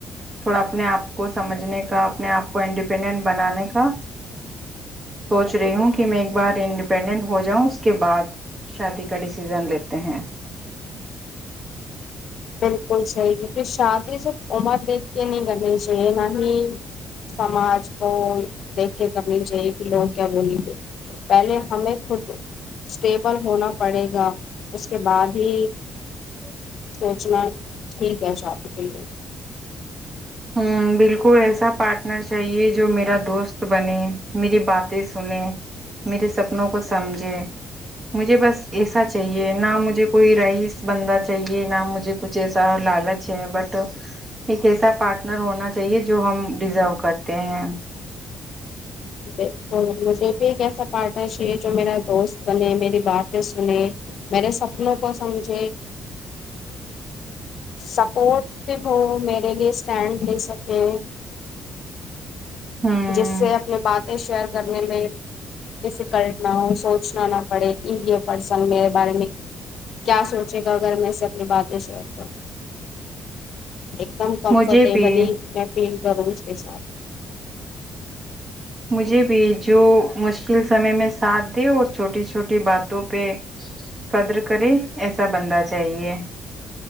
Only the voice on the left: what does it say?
بالکل صحیح کیونکہ شادی صرف عمر دیکھ کے نہیں گنی چاہیے نہ ہی سماج کو دیکھ کے کرنی چاہیے کہ لوگ کیا بولیں گے پہلے ہمیں خود اسٹیبل ہونا پڑے گا اس کے بعد ہی
سوچنا ٹھیک ہے شادی کے لیے
ا <unintelligible> ایک ایسا پارٹنر ش جو میرا دوست بنے میری باتیں سنے میرے سپنوں کو سمجھے سپورٹو ہو میرے لیے اسٹینڈ لے سکے
جس سے اپنے بات شیئر کرنے میں ڈفیکلٹ نہ ہو سو پوچھنا نہ پڑے کہ یہ پرسن میرے بارے میں کیا سوچے گا اگر میں سے اپنی باتیں شیئر کروں ایک دم کمفرٹیبلی
میں ف ضرور اس کےش ہے